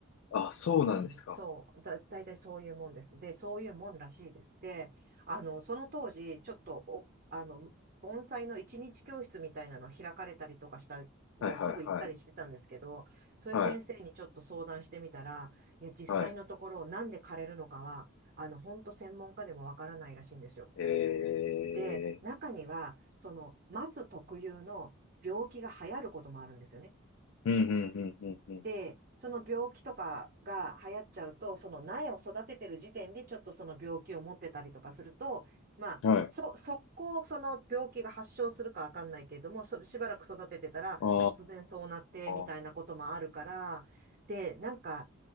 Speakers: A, on the left; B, on the right.
A: あ、そうなんですか。
B: うん、そう、だ、大体そういうもんです。で、そういうもんらしいです。で、あの、その当時、ちょっとお、あの、盆栽の一日教室みたいなの開かれたりとかした、もうすぐ行ったりしてたんですけど、
A: はい、はい、はい。
B: そういう先生にちょっと相談してみたら、
A: はい、
B: いや、実際のところ、
A: はい。
B: なんで枯れるのかは、あの、本当専門家でもわからないらしいんですよ。
A: ええ
B: で、中には、その、松特有の病気が流行ることもあるんですよね。
A: ーうん、うん、うん、うん、
B: で、その病気とかが流行っちゃうと、その苗を育ててる時点でちょっとその病気を持ってたりとかすると、まあ、
A: うん。はい。
B: そ、速攻その病気が発症するかわかんないけれども、そしばらく育ててたら突然そうなってみたいなこともあるから、
A: ああ、は
B: で、なんか、